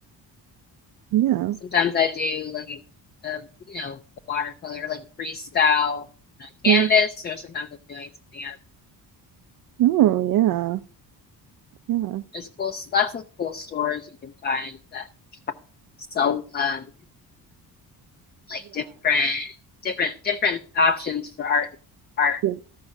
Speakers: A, on the right; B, on the left.
A: Yeah.
B: Sometimes I do like a, a you know watercolor like freestyle on a
A: Right.
B: canvas, or sometimes I'm doing something out. Of,
A: Oh, yeah. Yeah.
B: there's cool, lots of cool stores you can find that sell um, like different, different, different options for art. Art,
A: Yeah.